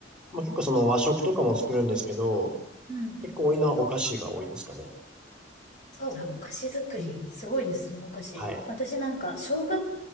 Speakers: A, in the centre; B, on the left.
A: まあ、結構その和食とかも作るんですけど、
B: うん。
A: 結構多いのはお菓子が多いですかね。
B: そうだ、お菓子作り。すごいですね、お菓子。
A: はい。
B: 私なんか、小学